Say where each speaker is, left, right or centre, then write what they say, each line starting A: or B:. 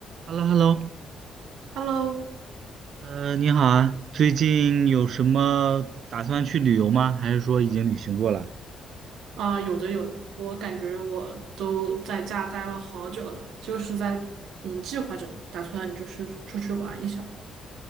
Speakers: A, on the right; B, on the right.
A: h e l l o h e l l o
B: Hello，
A: 呃，你好啊，最近有什么打算去旅游吗？还是说已经旅行过了？
B: 啊、有的有的，我感觉我都在家待了好久了，就是在嗯计划着呢，打算就是出去玩一下。